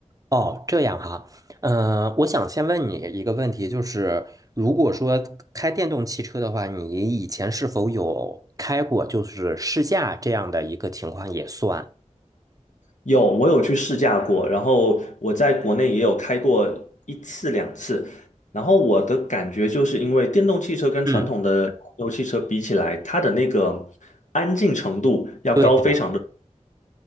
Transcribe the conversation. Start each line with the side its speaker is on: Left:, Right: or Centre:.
Right: 哦，这样哈，嗯、我想先问你一个问题，就是如果说开电动汽车的话，你以前是否有开过就是试驾这样的一个情况也算？
Left: 有，我有去试驾过，然后我在国内也有开过一次两次，然后我的感觉就是因为电动汽车跟传统的汽油汽车比起来，
Right: 嗯，
Left: 它的那个安静程度要高非常的
Right: 对